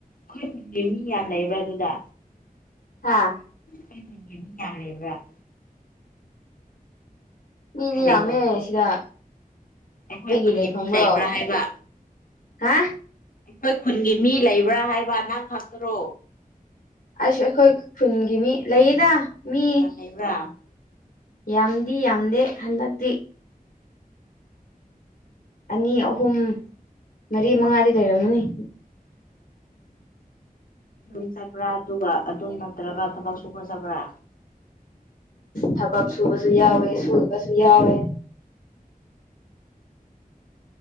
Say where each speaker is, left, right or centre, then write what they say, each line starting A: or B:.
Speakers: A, on the left; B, on the left.
A: ꯑꯩꯈꯣꯏꯒꯤ ꯃꯤ ꯌꯥꯝ ꯂꯩꯕ꯭ꯔꯥ ꯑꯗꯨꯗ
B: ꯍꯥꯥ
A: ꯊꯅꯤ ꯌꯥ ꯂꯩꯕ
B: ꯃꯤꯗꯤ
A: ꯅꯪ ꯂꯩꯐꯝꯗꯣ
B: ꯌꯥꯝꯃꯦ ꯁꯤꯗ
A: ꯑꯩꯈꯣꯏ
B: ꯑꯩꯒꯤ
A: ꯈꯨꯟꯒꯤ
B: ꯂꯩꯐꯝꯔꯣ
A: ꯃꯤ ꯂꯩꯕ꯭ꯔꯥ ꯍꯥꯏꯕ
B: ꯍꯥ
A: ꯑꯩꯈꯣꯏ ꯈꯨꯟꯒꯤ ꯃꯤ ꯂꯩꯕ꯭ꯔꯥ ꯍꯥꯏꯕ ꯅꯪ ꯈꯥꯛꯛꯇꯔꯣ
B: ꯑꯁ ꯑꯩꯈꯣꯏ ꯈꯨꯟꯒꯤ ꯃꯤ ꯂꯩꯌꯦꯗ ꯃꯤ
A: ꯌꯥꯝ ꯂꯩꯕ꯭ꯔꯥ
B: ꯌꯥꯝꯗꯤ ꯌꯥꯝꯗꯦ ꯍꯟꯗꯛꯇꯤ ꯑꯅꯤ ꯑꯍꯨꯝ ꯃꯔꯤ ꯃꯉꯥꯗꯤ ꯂꯩꯔꯝꯃꯅꯤ ꯎꯝ
A: ꯌꯨꯝ ꯆꯠꯄ꯭ꯔꯥ ꯑꯗꯨꯒ ꯑꯗꯨꯝ ꯅꯠꯇ꯭ꯔꯒ ꯊꯕꯛ ꯁꯨꯕ ꯆꯠꯕ꯭ꯔꯥ
B: ꯊꯕꯛ ꯁꯨꯕꯁꯨ ꯌꯥꯎꯋꯦ ꯁꯨꯕꯁꯨ ꯌꯥꯎꯋꯦ